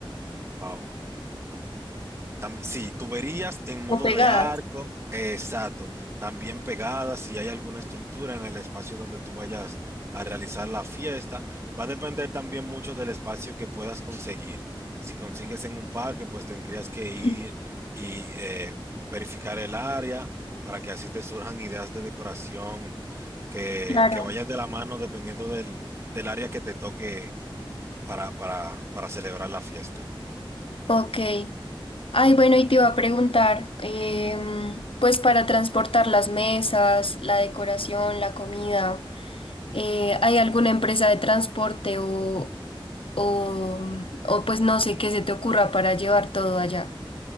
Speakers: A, on the right; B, on the left.
A: Wow. Tam- sí, tuberías en modo
B: O pegadas.
A: de arco, exacto. También pegadas, si hay alguna estructura en el espacio donde tú vayas a realizar la fiesta. Va a depender también mucho del espacio que puedas conseguir. Si consigues en un parque, pues tendrías que ir
B: <laughs>
A: y eh, verificar el área para que así te surjan ideas de decoración que,
B: Claro.
A: que vayas de la mano dependiendo del, del área que te toque para, para, para celebrar la fiesta.
B: Ok. Ay, bueno, y te iba a preguntar, em, pues para transportar las mesas, la decoración, la comida. eh, ¿hay alguna empresa de transporte o, o, o pues no sé qué se te ocurra para llevar todo allá?